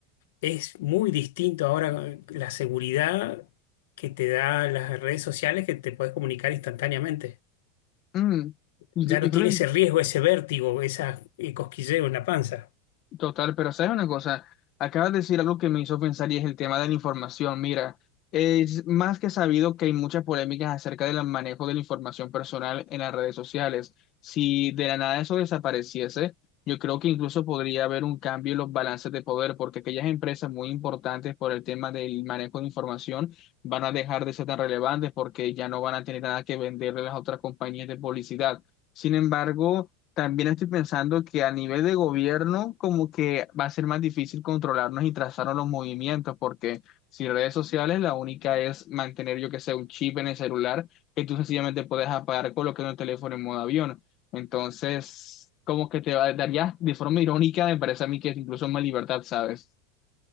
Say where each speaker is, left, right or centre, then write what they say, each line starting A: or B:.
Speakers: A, on the left (about 75°); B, on the left (about 40°).
A: Es muy distinto ahora eh, la seguridad que te da las redes sociales que te puedes comunicar instantáneamente.
B: Mm, y,
A: Ya no
B: y creo
A: tiene
B: que
A: ese riesgo, ese vértigo, esa eh, cosquilleo en la panza.
B: Total, pero sabes una cosa, acabas de decir algo que me hizo pensar y es el tema de la información. Mira, es más que sabido que hay muchas polémicas acerca del manejo de la información personal en las redes sociales. Si de la nada eso desapareciese, yo creo que incluso podría haber un cambio en los balances de poder, porque aquellas empresas muy importantes por el tema del manejo de información van a dejar de ser tan relevantes porque ya no van a tener nada que venderle a las otras compañías de publicidad. Sin embargo, también estoy pensando que a nivel de gobierno como que va a ser más difícil controlarnos y trazarnos los movimientos, porque si redes sociales la única es mantener yo que sé un chip en el celular que tú sencillamente puedes apagar colocando el teléfono en modo avión. Entonces, como que te va- daría de forma irónica, me parece a mí que es incluso más libertad, ¿sabes?